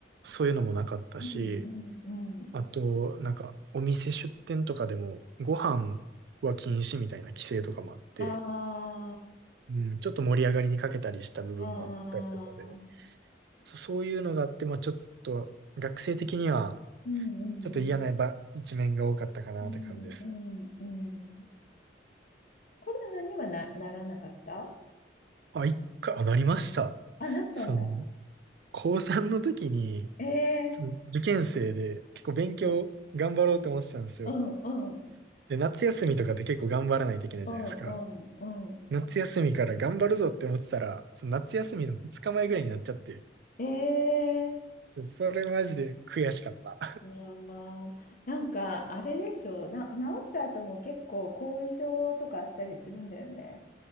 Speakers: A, on the right; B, on the left.
A: そういうのもなかったし、
B: うんうんうん。
A: あと、なんか、お店出店とかでも、ご飯は禁止みたいな規制とかもあって、
B: あ
A: うん、ちょっと盛り上がりにかけたりした部分もあったりとかで、
B: あ、ああ、うん
A: そ、そういうのがあって、まあちょっと、学生的には、
B: うんうん。
A: ちょっと嫌なば一面が多かったかなって感じですね。
B: うんうんうん。コロナにはな、ならなかった
A: あ、一回、あ、なりました。
B: あ、なったんだ。
A: その、高3の時に、
B: ええ
A: その受験生で結構勉強頑張ろうと思ってたんですよ。
B: うん、うん、
A: で、夏休みとかって結構頑張らないといけないじゃないですか。
B: うん、うん、うん。
A: 夏休みから頑張るぞって思ってたら、その夏休みの2日前ぐらいになっちゃって、
B: ええ
A: そそれマジで悔しかった。
B: あー、なんか、あれでしょう。な、治った後も結構後遺症とかあったりするんだよね。